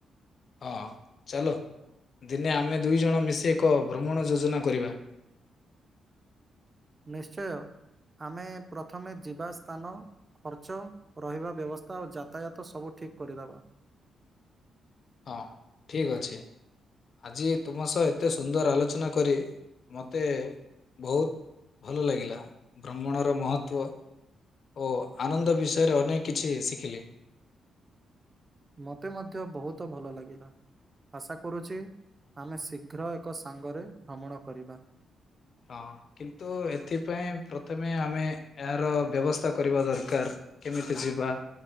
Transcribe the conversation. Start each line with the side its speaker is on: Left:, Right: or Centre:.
Left: ହଁ ଚାଲ ଦିନେ ଆମେ ଦୁଇ ଜଣ ମିଶି ଏକ ଭ୍ରମଣ ଯୋଜନା କରିବା।
Right: ନିଶ୍ଚୟ, ଆମେ ପ୍ରଥମେ ଯିବା ସ୍ଥାନ- ଖର୍ଚ୍ଚ ରହିବା ବ୍ୟବସ୍ଥା ଆଉ ଯାତାୟାତ ସବୁ ଠିକ୍ କରିଦେବା।
Left: ହଁ ଠିକ୍ ଅଛି। ଆଜି ତୁମ ସହ ଏତେ ସୁନ୍ଦର ଆଲୋଚନା କରି ମତେ ବହୁତ୍- ଭଲ ଲାଗିଲା ଭ୍ରମଣର ମହତ୍ଵ। ଓ ଆନନ୍ଦ ବିଷୟରେ ଅନେକ କିଛି ଶିଖିଲି।
Right: ମତେ ମଧ୍ୟ ବହୁତ ଭଲ ଲାଗିଲା। ଆଶା କରୁଛି ଆମେ ଶୀଘ୍ର ଏକ ସାଙ୍ଗରେ ଭ୍ରମଣ କରିବା।
Left: ହଁ କିନ୍ତୁ ଏଥିପାଇଁ ପ୍ରଥମେ ଆମେ ଏହାର ବ୍ୟବସ୍ଥା କରିବା ଦରକାର। କେମିତି ଯିବା,